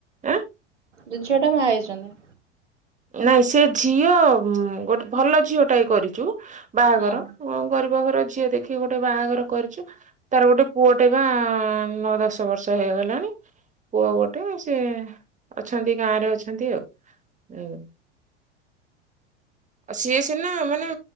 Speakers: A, on the right; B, on the right.
A: ଆ
B: ଯୋ ଝିଅ ଟା ବାହା ହେଇଛନ୍ତି
A: ନାଇଁ ସେ ଝିଅ ଗୋଟେ ଭଲ ଝିଅ ଟା ଏ କରିଛୁ ବାହାଘର
B: ହୁଁ
A: ଗରିବ ଘର ଝିଅ ଦେଖି ଗୋଟେ ବାହାଘର କରିଛୁ ତାର ଗୋଟେ ପୁଅଟେ ବା ନଅ ଦଶ ବର୍ଷ ହେଇଗଲାଣି ପୁଅ ଗୋଟେ ସେ ଅଛନ୍ତି ଗାଁରେ ଅଛନ୍ତି ଆଉ ହୁଁ ଆ ସିଏ ସିନା ମାନେ